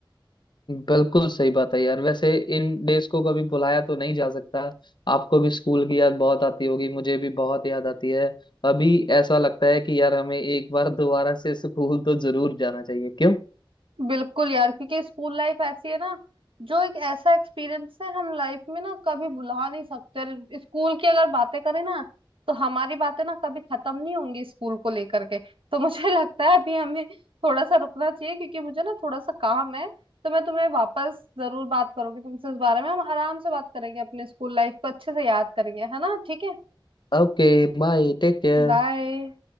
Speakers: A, on the left; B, on the right.
A: बिल्कुल सही बात है यार वैसे इन डेज को कभी भुलाया तो नहीं जा सकता आपको भी स्कूल की याद बहुत आती होगी मुझे भी बहुत याद आती है अभी ऐसा लगता है कि यार हमें एक बार दोबारा से स्कूल तो जरूर जाना चाहिए क्यों
B: बिल्कुल यार क्योंकि स्कूल लाइफ ऐसी है ना जो एक ऐसा एक्सपीरियंस है हम लाइफ में ना कभी भुला नहीं सकते स्कूल की अगर बातें करें ना तो हमारी बातें ना कभी खत्म नहीं होंगी स्कूल को लेकर के तो मुझे <laughs> लगता है अभी हमें थोड़ा सा रुकना चाहिए क्योंकि मुझे ना थोड़ा सा काम है तो मैं तुम्हें वापस जरूर बात करूंगी तुमसे इस बारे में हम आराम से बात करेंगे अपने स्कूल लाइफ को अच्छे से याद करेंगे है ना ठीक है
A: Okay bye take care
B: बाय